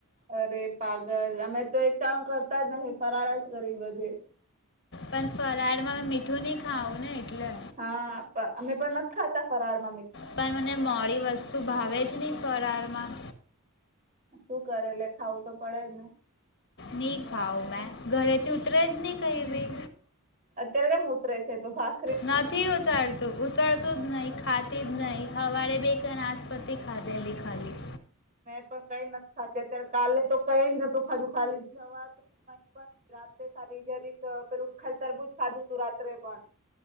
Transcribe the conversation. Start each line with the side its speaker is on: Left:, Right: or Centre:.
Right: અરે પાગલ અમે તો એક ટાણું કરતા જ નથી ફરાળા જ કરી બધે
Left: પણ ફરાળમાં મીઠું નહી ખાવું એટલે
Right: હા અમે પણ નથ ખાતા ફરાળ માં
Left: પણ મને મોડી વસ્તુ ભાવે જ નહી ફરાર માં
Right: શું કરે લે ખાવું તો પડે જ
Left: નહી ખાાવ મેં ગળેથી ઉતરે જ નહી કહી ભી
Right: અત્યારે કેમ ઉતરે છે તો ભાગ
Left: નથી ઉતારતો ઉતરતું જ નહીં ખાતી જ નહીં હવારે બે કેનાસ્પતિ ખાતેલી ખાલી
Right: મેં પણ કઈ નથી ખાતી અત્યારે કાલે તો કઈ જ નતું ખાધું ખાલી સવાર પણ રાત્રે સારી જ રાતે પેલું ખાઈ તરબુંજ ખાધું તું રાત્રે પણ